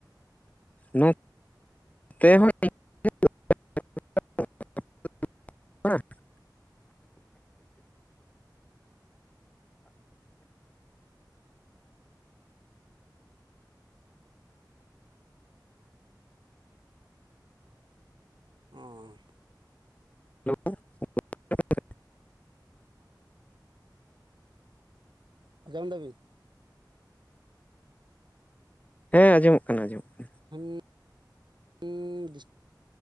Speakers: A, on the left; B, on the right.
A: ᱱᱚ ᱛᱮᱦᱚᱸ <unintelligible> <unintelligible>
B: ᱚ
A: <unintelligible>
B: ᱟᱡᱚᱢ ᱫᱟ ᱵᱤᱱ
A: ᱦᱮᱸ ᱟᱸᱡᱚᱢᱚᱜ ᱠᱟᱱᱟ ᱟᱸᱚᱢᱚᱜ ᱠᱟᱱᱟ
B: <unintelligible>